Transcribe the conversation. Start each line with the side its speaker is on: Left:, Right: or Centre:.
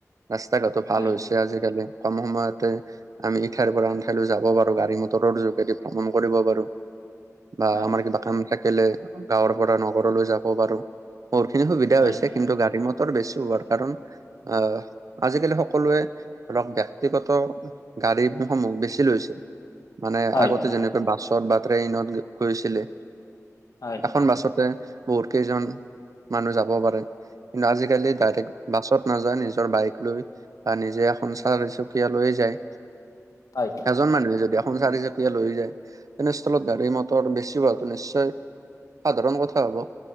Right: ৰাস্তা ঘাটো ভাল
Left: হয়
Right: হৈছে আজিকালি কম সময়তে আমি ইঠাইৰ পৰা আনঠাইলৈ যাব পাৰো গাড়ী মটৰৰ যোগেদি ভ্ৰমণ কৰিব পাৰো বা
Left: হয়
Right: আমাৰ কিবা কাম থাকিলে গাঁৱৰ পৰা নগৰলৈ যাব পাৰো বহুত খিনি সুবিধা
Left: হয়
Right: হৈছে। কিন্তু গাড়ী মটৰ বেছি হোৱাৰ কাৰণ আহ আজিকালি সকলোৱে ধৰক ব্যক্তিগত গাড়ীসমূহ বেছি লৈছে। মানে
Left: হয়
Right: আগতে যেনেকৈ বাছত বা ট্ৰেইনত গৈছিলে।
Left: হয়
Right: এখন বাছতে বহুত কেইজন মানুহ যাব পাৰে কিন্তু আজিকালি ডাইৰেক্ট বাছত নাযায় নিজৰ বাইক লৈ বা নিজে স চাৰি চকীয়া লৈয়ে যায়।
Left: হয়
Right: এজন মানুহে যদি এখন চাৰিচকীয়া লৈ যায় তেনেস্থলত গাড়ী মটৰ বেছি হোৱাটো নিশ্চয় সাধাৰণ কথা হ'ব